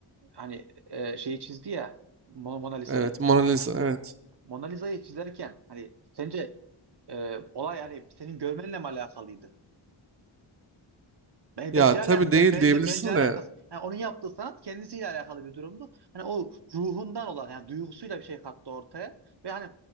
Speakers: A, on the right; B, on the right.
A: Hani e, şeyi çizdi ya Mo- Mona Lisa'yı.
B: Evet, Mona Lisa, evet.
A: Mona Lisa'yı çizerken hani sence e, olay hani senin görmenle mi alakalıydı? Ben-
B: Ya
A: Bence
B: tabii
A: ala,
B: değil
A: be- bence
B: diyebilirsin
A: bence alakası.
B: de
A: Yani onun yaptığı sanat kendisiyle alakalı bir durumdu. Hani o ruhundan olan yani duygusuyla bir şey kattı ortaya ve hani